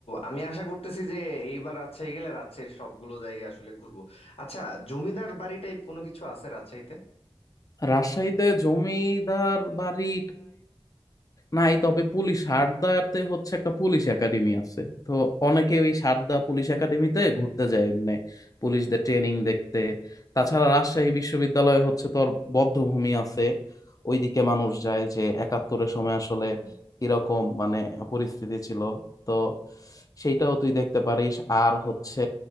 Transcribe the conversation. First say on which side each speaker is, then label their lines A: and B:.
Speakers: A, on the left; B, on the left.
A: আমি আশা করতেছি যে এইবার রাজশাহী গেলে রাজশাহীর সবগুলো জায়গা আসলে ঘুরবো আচ্ছা জমিদার বাড়ি টাইপ কোনো কিছু আছে রাজশাহীতে
B: রাজশাহীতে জমিদার বাড়ি নাই তবে পুলিশ সারদাতে হচ্ছে একটা পুলিশ একাডেমি আছে তো অনেকে ওই সারদা পুলিশ একাডেমিতে ঘুরতে যায় এমনি পুলিশদের ট্রেনিং দেখতে তাছাড়া রাজশাহী বিশ্ববিদ্যালয়ে হচ্ছে তোর বধ্যভূমি আছে ওইদিকে মানুষ যায় যে একাত্তরের সময় আসলে
A: হ্যাঁ
B: কিরকম মানে পরিস্থিতি ছিল তো সেইটাও তুই দেখতে পারিস আর হচ্ছে